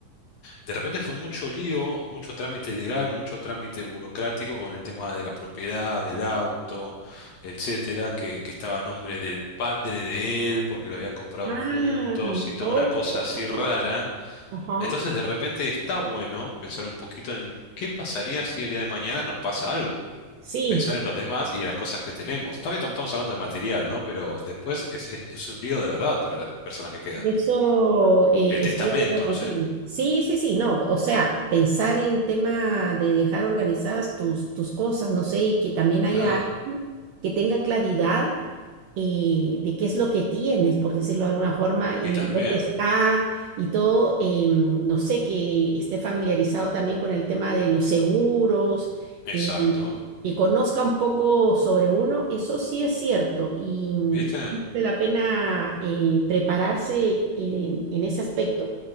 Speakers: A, on the left; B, on the right.
A: de repente fue mucho lío, mucho trámite legal, mucho trámite burocrático con el tema de la propiedad, del auto, etcétera, que, que estaba a nombre del padre de él porque lo habían comprado
B: Ah,
A: juntos y toda
B: oh,
A: una cosa así rara.
B: ajá.
A: Entonces de repente está bueno pensar un poquito en qué pasaría si el día de mañana nos pasa algo.
B: Sí,
A: Pensar en los demás y en las cosas que tenemos. También tam- estamos hablando de material, ¿no? Pero después es, es- es un lío de verdad para las personas que quedan.
B: eso eh,
A: El testamento,
B: estoy de acuerdo contigo.
A: no sé.
B: Sí, sí, sí, no, o sea, pensar en tema de dejar organizadas tus, tus cosas, no sé, y que también haya
A: Claro.
B: alguien que tenga claridad eh, de qué es lo que tienes, por decirlo de alguna forma, y
A: Y también,
B: dónde está y todo. eh, no sé, que esté familiarizado también con el tema de los seguros,
A: exacto.
B: eh, que conozca un poco sobre uno, eso sí es cierto y mm,
A: ¿Viste?
B: vale la pena eh, prepararse en, en ese aspecto.